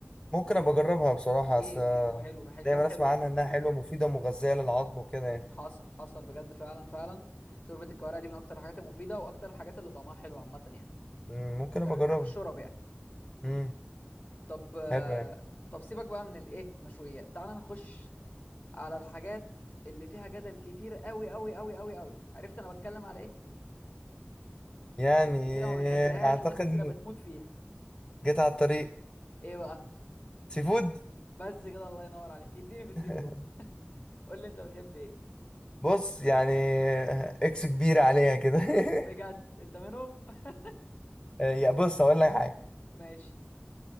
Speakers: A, on the left (about 20°); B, on the left (about 50°).
A: ممكن ابقى اجربها بصراحه
B: كيف
A: بس آه،
B: كيف وحلو ح- كيف
A: دايما
B: حلو
A: اسمع
B: كمان
A: عنها انها حلوه ومفيده ومغذيه للعظم وكده يعني
B: حصل حصل بجد فعلا فعلا شوربه الكوارع دي من اكتر الحاجات المفيده واكتر الحاجات اللي طعمها حلو عامه يعني
A: مم، ممكن ابقى
B: ك-
A: اجربها
B: كفي الشرب يعني
A: امم
B: طب آه،
A: حلو يعني
B: طب سيبك بقى من الايه مشويات تعال نخش على الحاجات اللي فيها جدل كتير قوي قوي قوي قوي قوي عرفت انا بتكلم على ايه
A: يعني
B: ناس كتيره ما بتحبهاش
A: اعتقد
B: وناس كتيره
A: إن
B: بتموت فيها
A: جيت على الطريق
B: ايه بقى
A: سي فود
B: بس كده الله ينور عليك اديني في السي
A: <laughs>
B: فود قول لي انت بتحب ايه
A: بص يعني اكس كبيره عليها كده <laughs>
B: بجد انت منهم <laughs>
A: يا بص هقول لك حاجه
B: ماشي